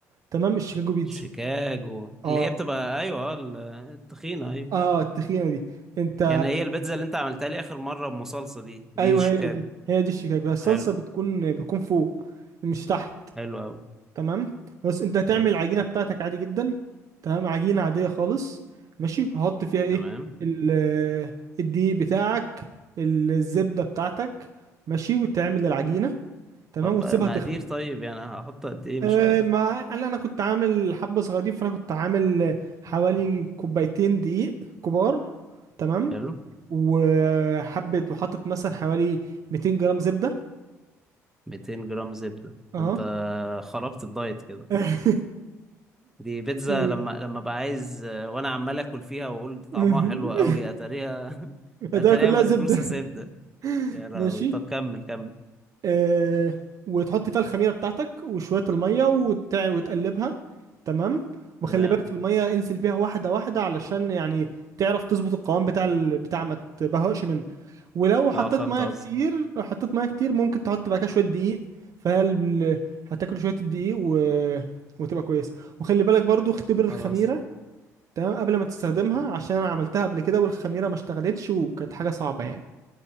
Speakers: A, on the right; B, in the centre.
A: تمام الشيكاجو بيتزا
B: شيكاجو
A: اه
B: اللي هي بتبقى ايوه اه ال- التخينه ايوه
A: اه التخينه دي انت
B: يعني هي البيتزا اللي انت عملتها لي اخر مره بمصلصه دي دي
A: ايوه
B: الشيكاجو
A: هي دي هي دي الشيكاجو هي
B: طب
A: الصلصه
B: حلو
A: بتكون بتكون فوق مش تحت
B: حلو قوي
A: تمام بس انت هتعمل
B: حلو
A: العجينه بتاعتك عادي جدا تمام عجينه عاديه خالص ماشي هحط فيها ايه
B: تمام
A: ال <hesitation> الدقيق بتاعك الزبده بتاعتك ماشي وتعمل العجينه تمام
B: طب
A: وتسيبها
B: بقى مقادير
A: تخمر
B: طيب يعني هحط قد ايه مش
A: أه
B: عارف
A: ما انا انا كنت عامل حبه صغيرين فانا كنت عامل حوالي كوبايتين دقيق كبار تمام
B: حلو
A: وحبه وحطت مثلا حوالي 200 جرام زبده
B: 200 جرام زبده
A: اه
B: ده انت خربت الدايت كده
A: <laughs>
B: دي بيتزا
A: و...
B: لما لما ابقى عايز آه، وانا عمال اكل فيها واقول دي طعمها
A: <laughs>
B: حلو قوي اتاريها <laughs>
A: ده
B: اتاريها
A: كلها
B: متروسه
A: زبده
B: زبده
A: <laughs>
B: يا لهوي
A: ماشي
B: طب كمل كمل
A: أه وتحط فيها الخميره بتاعتك وشويه الميه وتع... وتقلبها تمام وخلي
B: تمام
A: بالك في الميه انزل بيها واحده واحده علشان يعني تعرف تظبط القوام بتاع ال... بتاع ما تبهقش منه ولو حطيت
B: اه فهمت
A: ميه
B: قصدي
A: كتير لو حطيت ميه كتير ممكن تحط بعد كده شويه دقيق فهل هتاكل شويه الدقيق و... وتبقى كويس وخلي بالك برضو اختبر الخميره
B: خلاص
A: تمام قبل ما تستخدمها عشان انا عملتها قبل كده والخميره ما اشتغلتش وكانت حاجه صعبه يعني